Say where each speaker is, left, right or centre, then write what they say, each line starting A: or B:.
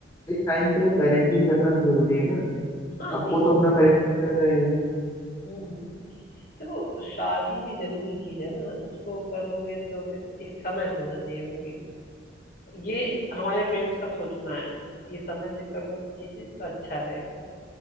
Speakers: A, on the left; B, on the left.
A: एक टाइम पे पेरेंटिंग करना भी जरूरी है ना
B: हाँ
A: अब
B: नहीं
A: वो तो अपना पेरेंटिंग कर रहे हैं
B: हम्म हम्म। देखो शादी भी जरूरी चीज है ना उसको करोगे तो फिर एक समय से होना चाहिए वो भी ये हमारे पेरेंट्स का सोचना है कि समय से कर लो चीजें तो अच्छा रहेगा